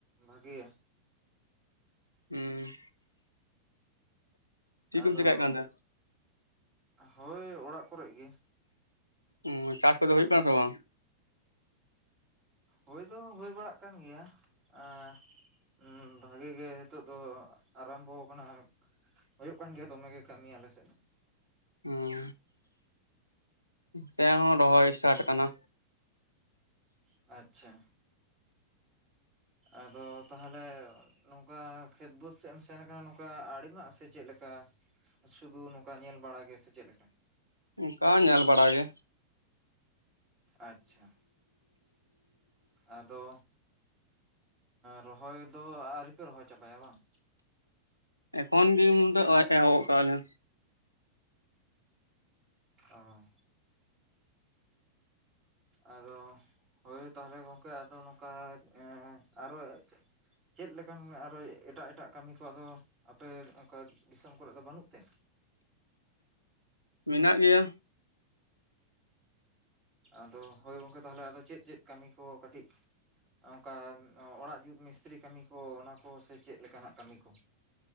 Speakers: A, on the right; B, on the left.
A: ᱵᱷᱟᱜᱮᱭᱟ ᱾
B: ᱦᱩᱸ ᱪᱮᱫ
A: ᱟᱫᱚ,
B: ᱠᱚᱢ ᱪᱮᱠᱟᱭᱮᱫ ᱠᱟᱱ ᱛᱮ
A: ᱦᱳᱭ ᱚᱲᱟᱜ ᱠᱚᱨᱮᱜ ᱜᱮ ᱾
B: <unintelligible> ᱪᱟᱥ ᱠᱚᱫᱚ ᱦᱩᱭᱩᱜ ᱠᱟᱱᱟ ᱥᱮ ᱵᱟᱝ?
A: ᱦᱳᱭ ᱫᱚ ᱦᱳᱭ ᱵᱟᱲᱟᱜ ᱠᱟᱱ ᱜᱮᱭᱟ, ᱟᱸ ᱵᱷᱟᱜᱮ ᱜᱮ ᱦᱮᱛᱚᱜ ᱫᱚ ᱟᱨᱟᱢᱵᱚ ᱠᱟᱱᱟ ᱦᱩᱭᱩᱜ ᱠᱟᱱ ᱜᱮᱭᱟ ᱫᱚᱢᱮ ᱜᱮ ᱠᱟᱹᱢᱤ ᱟᱞᱮ ᱥᱮᱫ
B: ᱦᱩᱸ ᱛᱮ ᱦᱚᱸ ᱨᱚᱦᱚᱭ ᱥᱴᱟᱴ ᱠᱟᱱᱟ
A: ᱟᱪᱪᱷᱟ ᱟᱫᱚ ᱛᱟᱦᱚᱞᱮ ᱱᱚᱝᱠᱟ ᱠᱷᱮᱛ ᱵᱟᱹᱫᱽ ᱥᱮᱫ ᱮᱢ ᱥᱮᱱ ᱠᱟᱱᱟ ᱱᱚᱝᱠᱟ ᱟᱲᱮ ᱢᱟᱜ ᱥᱮ ᱪᱮᱫᱞᱮᱠᱟ? ᱥᱩᱫᱩ ᱱᱚᱝᱠᱟ ᱧᱮᱞ ᱵᱟᱲᱟᱜᱮ ᱥᱮ ᱪᱮᱫᱞᱮᱠᱟ?
B: ᱚᱝᱠᱟ ᱧᱮᱞ ᱵᱟᱲᱟ ᱜᱮ
A: ᱟᱪᱪᱷᱟ ᱟᱫᱚ ᱨᱚᱦᱚᱭ ᱫᱚ ᱟᱹᱣᱨᱤᱯᱮ ᱨᱚᱦᱚᱭ ᱪᱟᱵᱟᱭᱟ ᱵᱟᱝ?
B: ᱮᱠᱷᱚᱱ ᱫᱤᱱ ᱫᱚ <unintelligible> ᱮᱦᱚᱵ ᱠᱟᱫ ᱟᱞᱮ
A: ᱚ ᱟᱫᱚ ᱦᱳᱭ ᱛᱟᱦᱚᱞᱮ ᱜᱚᱢᱠᱮ ᱟᱫᱚ ᱱᱚᱝᱠᱟ ᱮ ᱟᱨᱚ ᱪᱮᱫ ᱞᱮᱠᱟᱱ ᱟᱨᱚ ᱮᱴᱟᱜ ᱮᱴᱟᱜ ᱠᱟᱢᱤ ᱠᱚ ᱟᱫᱚ ᱟᱯᱮ ᱚᱱᱠᱟ ᱫᱤᱥᱚᱢ ᱠᱚᱨᱮᱫ ᱫᱚ ᱵᱟᱹᱱᱩᱜ ᱛᱮ?
B: ᱢᱮᱱᱟᱜ ᱜᱮᱭᱟ
A: ᱟᱫᱚ ᱦᱳᱭ ᱜᱚᱝᱠᱮ ᱛᱟᱦᱚᱞᱮ ᱟᱫᱚ ᱪᱮᱫ ᱪᱮᱫ ᱠᱟᱢᱤ ᱠᱚ ᱠᱟᱹᱴᱤᱡ ᱚᱱᱠᱟ ᱚᱲᱟᱜ ᱡᱩᱛ ᱢᱤᱥᱛᱨᱤ ᱠᱟᱹᱢᱤ ᱠᱚ ᱚᱱᱟ ᱠᱚ ᱥᱮ ᱪᱮᱫ ᱞᱮᱠᱟᱱᱟᱜ ᱠᱟᱹᱢᱤ ᱠᱚ?